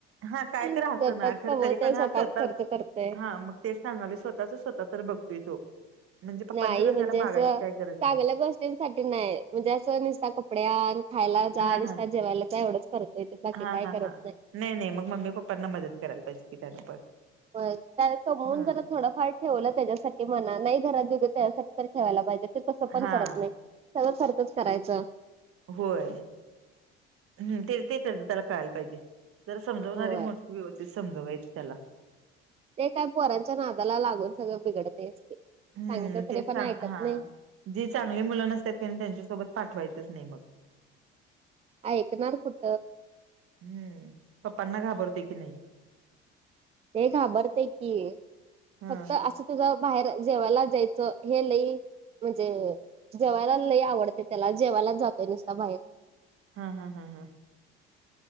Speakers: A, on the right (about 45°); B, on the right (about 20°).
A: हा काही तरी
B: स्वतःच
A: आस ना, खर
B: कमवतय
A: तरी पण
B: स्वतःच
A: हा स्वतः
B: खर्च करतय
A: हा मग तेच सांगालोय, स्वतःच स्वतः तर बघतोय तो. म्हणजे पप्पांच्याकडे
B: नाही म्हणजे
A: त्याला मागायची
B: अस
A: काही गरज
B: चांगल्या
A: नाही
B: गोष्टींसाठी नाही म्हणजे असं नुसता कपडे आण. खायला जा.
A: हा
B: नुसता
A: हा
B: जेवायला जा. एवढच करत. ते बाकी
A: हा
B: काय
A: हा
B: करत
A: हा
B: नाही.
A: नाही नाही मग मम्मी पप्पांना मदत करायला पाहिजे की त्याने पण.
B: व्हय त्याने कमवुन
A: हा
B: जरा थोडफार ठेवल त्याच्यासाठी म्हणा. नाही घरात दिल त्याच्यासाठी तर ठेवायला पाहिजे. ते तस पण
A: हा
B: करत नाही. सगळ खर्चच करायच.
A: होय. हम्म ते ते त्याच त्याला कळायला पाहिजे. जरा समजवणारी
B: होय.
A: मोठी व्यवस्थित समजवायची त्याला.
B: ते काय पोरांच्या नादाला लागून सगळं बिघडतयच ते.
A: हम्म
B: सांगितलं तरी
A: तेच
B: पण
A: चांग
B: ऐकत
A: हा
B: नाही
A: जी चांगली मुलं नसतात की नाही. त्यांच्यासोबत पाठवायचंच नाही मग.
B: ऐकणार कुठ.
A: हम्म पप्पांना घाबरते की नाही?
B: ते घाबरतय की,
A: हा
B: फक्त असं तुझ बाहेर जेवायला जायच हे लई म्हणजे जेवायला लई आवडतय त्याला. जेवायलाच जातो नुसता बाहेर.
A: हा हा हा हा